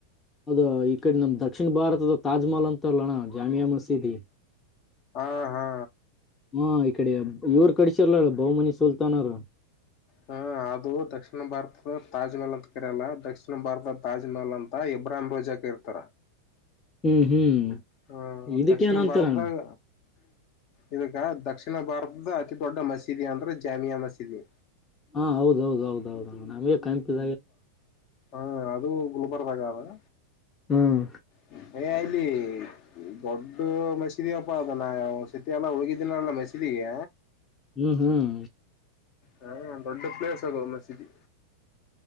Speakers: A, on the left; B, on the left.
A: ಅದ ಈ ಕಡೆ ನಮ್ ದಕ್ಷಿಣ ಭಾರತದ ತಾಜ್ಮಹಲ್ ಅಂತಾರಲ್ಲಣ್ಣ ಜಾಮಿಯಾ ಮಸೀದಿ
B: ಹಾ ಹಾ
A: ಹ್ಮ ಈ ಕಡೆ ಇವರು ಕಡಸಿರ್ಲ ಬಹುಮನಿ ಸುಲ್ತಾನ್ ಅವರು
B: ಹ್ಮ ಅದು ದಕ್ಷಿಣ ಭಾರತದ ತಾಜ್ಮಹಲ್ ಅಂತ ಕರಲ್ಲ ದಕ್ಷಿಣ ಭಾರತದ ತಾಜ್ಮಹಲ್ ಅಂತ ಇಬ್ರಾಹಿಂ ರೋಜಾ ಕರ್ತಾರ
A: ಹ್ಮ್ ಹ್ಮ್
B: ಹಾ
A: ಇದಕ್ಕೇನಂತಾರಣ
B: ದಕ್ಷಿಣ ಭಾರತದಾಗ ಇದಕ್ಕೆ ದಕ್ಷಿಣ ಭಾರತದ ಅತಿ ದೊಡ್ಡ ಮಸೀದಿ ಅಂದ್ರೆ ಜಾಮಿಯಾ ಮಸೀದಿ
A: ಹಾ ಹೌದೌದ ಹೌದು ಹೌದೌದ ನಮಗೆ ಕನ್‌ಫ್ಯೂಸ್
B: ಹಾ ಅದು ಗುಲ್ಬರ್ಗಾದಾಗದ
A: ಹ್ಮ್
B: <unintelligible> ಇಲ್ಲಿ ದೊಡ್ಡ ಮಸೀದಿ ಅಪ್ಪಾ ಅದ ನಾ ಸತಿ ಎಲ್ಲ ಹೋಗಿದ್ದನಲ್ಲ ಮಸೀದಿಗೆ
A: ಹ್ಮ್ ಹ್ಮ್
B: ಹಾ ದೊಡ್ಡ ಪ್ಲೇಸ್ ಅದು ಮಸೀದಿ